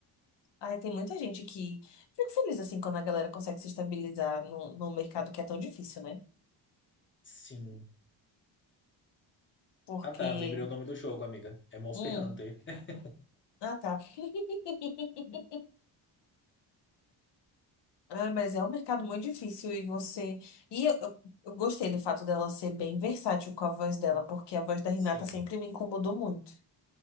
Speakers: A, on the left; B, on the left.
A: Ai, tem muita gente que... Fico feliz, assim, quando a galera consegue se estabilizar num num mercado que é tão difícil, né?
B: Sim.
A: Porque...
B: Ah, tá. Lembrei o nome do jogo, amiga. É Monster
A: Hum.
B: Hunter. <laughs>
A: Ah, tá. <laughs> Ah, mas é um mercado muito difícil e você. E eu, eu- eu gostei do fato dela ser bem versátil com a voz dela, porque a voz da Renata
B: Sim.
A: sempre me incomodou muito.